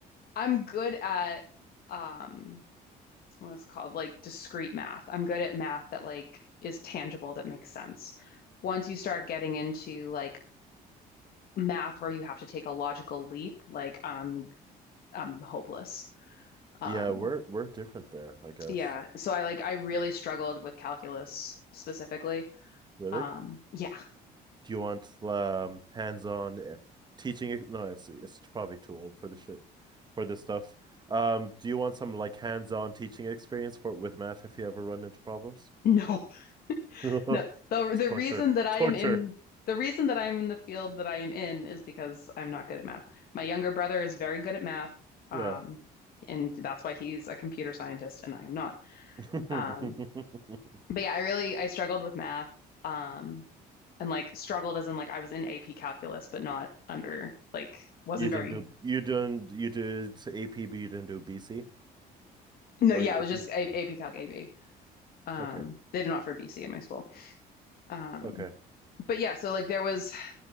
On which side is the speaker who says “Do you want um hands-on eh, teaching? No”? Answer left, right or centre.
Right